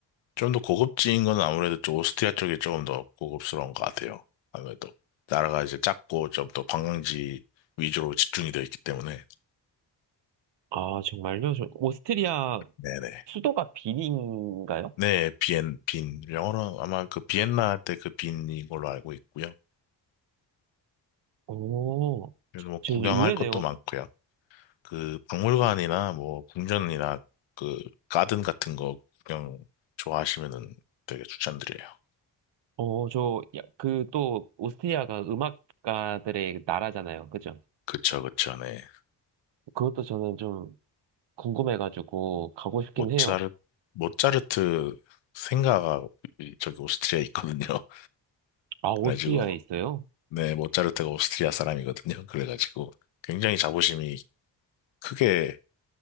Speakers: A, on the left; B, on the right.
A: 좀 더 고급진 건 아무래도 좀 오스트리아 쪽이 조금 더 고급스러운 것 같아요. 아무래도 나라가 이제 작고 좀 더 관광지 위주로 집중이 되어 있기 때문에.
B: 아, 정말요? 저 오스트리아
A: 네네.
B: 수도가 비린인가요?
A: 네, 비엔, 빈. 영어로 아마 그 비엔나 때 그 빈인 걸로 알고 있고요.
B: 오,
A: 그래서 뭐
B: 저
A: 구경할
B: 의외네요.
A: 것도 많고요. 그 박물관이나 뭐 궁전이나 그 가든 같은 거 구경 좋아하시면은 되게 추천드려요.
B: 어, 저, 야, 그 또, 오스트리아가 음악가들의 나라잖아요. 그죠?
A: 그쵸, 그쵸, 네.
B: 그것도 저는 좀 궁금해가지고 가고 싶긴
A: 모차르
B: 해요.
A: 모차르트 생가가 이- 저기 오스트리아에 있거든요. <laughs>
B: 아, 오스트리아에
A: 그래가지고
B: 있어요?
A: 네 모차르트가 오스트리아 사람이거든요. 그래가지고 굉장히 자부심이 크게